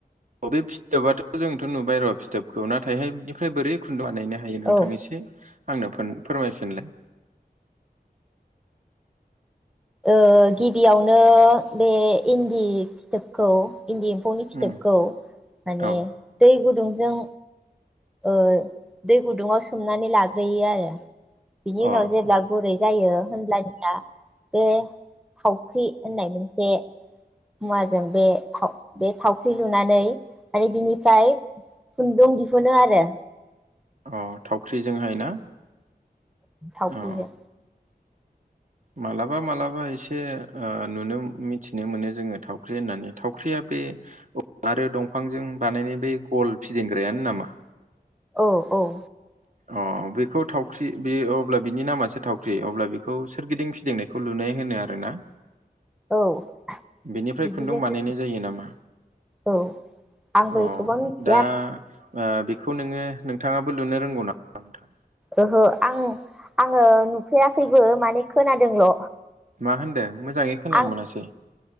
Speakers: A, on the right (about 50°); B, in the centre.
A: बे फिथोबाथ' जोंथ' नुबाय र' फिथोबखौ नाथायहाय बेनिफ्राय बोरै खुन्दुं बानायनो हायो नोंथां?
B: औ
A: एसे आंनो फोर फोरमाय फिनलाय
B: ओ गिबियावनो बे इन्दि फिथोबखौ इन्दि एम्फौनि फिथोबखौ
A: उम
B: माने
A: औ
B: दै गुदुं गुदुंजों ओ दै गुदुङाव सोमनानै लाग्रोयो आरो बिनि उनाव
A: अ
B: जेब्ला
A: अ
B: गुरै जायो होनब्लानिया बे थावख्रि होननाय मोनसे मुवाजों बे थाव बे थावख्रि लुनानै माने बिनिफ्राय खुन्दुं दिहुनो आरो
A: अ थावख्रि जोंहाय ना?
B: थावख्रिजों
A: अ मालाबा मालाबा एसे ओ नुनो मो मिथिनो मोनो जोङो थावख्रि होननानै थावख्रिया बे आरो दंफांजों बानायनाय बे गल फिदिंग्रायानो नामा?
B: औ-औ
A: अ बेखौ थावख्रि बे अब्ला बिनि नामासो थावख्रि, अब्ला बेखौ सोरगिदिं फिदिंनायखौ लुनाय होनो आरोना?
B: औ
A: बेनिफ्राय
B: बिदिजोंनो
A: खुन्दुं बानायनाय जायो नामा?
B: औ आंबो
A: अ
B: एथबां मिथिया
A: दा ओ बेखौ नोङो नोंथाङाबो लुनो रोंगौ नामा नोंथां?
B: ओहो आं आङो नुफेराखैबो माने खोनादोंल।
A: मा होनदों? मोजाङै खोनानो
B: आं
A: मोनासै